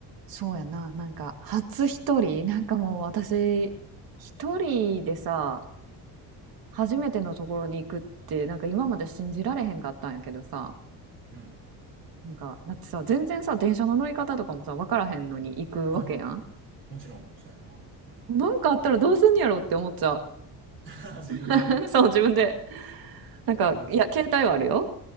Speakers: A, on the right; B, on the right.
A: そうやな、なんか初一人、なんかもう私、
B: うん。
A: 一人でさ、初めてのところに行くって、なんか今まで信じられへんかったんやけどさ、
B: うん。
A: なんか、だってさ、全然さ、電車の乗り方とかもさ、分からへんのに行くわけやん。
B: あ、もちろん、そうやな。うん。
A: なんかあったらどうすんやろって思っちゃう。
B: <laughs> 自分で。
A: <laughs> そう、自分で。なんか、
B: うんうん
A: いや、携帯はあるよ。